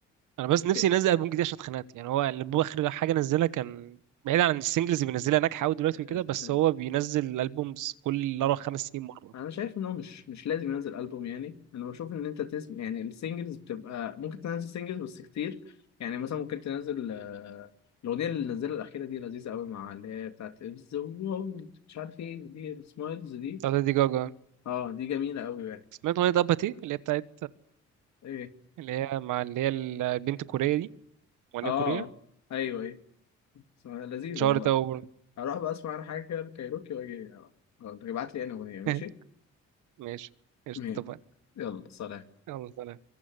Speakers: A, on the right; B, on the left.
A: انا بس نفسي
B: كده
A: ينزل البوم جديد عشان اتخنقت يعني هو الالبوم اخر حاجه نزلها كان بعيد عن السنجلز اللي بينزلها ناجحه قوي دلوقتي وكده
B: اللي...
A: بس هو بينزل الالبومز كل اربع خمس سنين مره
B: انا شايف ان هو مش مش لازم ينزل البوم يعني انا بشوف ان انت تسم يعني السنجلز بتبقى ممكن تنزل سنجلز بس كتير يعني مثلا ممكن تنزل آه، الاغنيه اللي نزلها الاخيره دي لذيذه قوي مع اللي هي بتاعت ذا وورلد مش عارف ايه دي سمايلز دي
A: بتاعت ليدي جاجا
B: اه دي جميله قوي يعني
A: سمعت اغنيه اباتي اللي هي بتاعت
B: ايه
A: اللي هي مع اللي هي البنت الكوريه دي اغنيه
B: اه
A: كوريه
B: ايوه ايوه اسمها لذيذه
A: شهرت
B: والله
A: قوي برضه
B: هروح بقى اسمع انا حاجه كده كايروكي واجي آه، ابعت لي انا اغنيه ماشي
A: <laughs> ماشي قشطة،
B: ماشي.
A: اتفقنا
B: يلا سلام
A: يلا سلام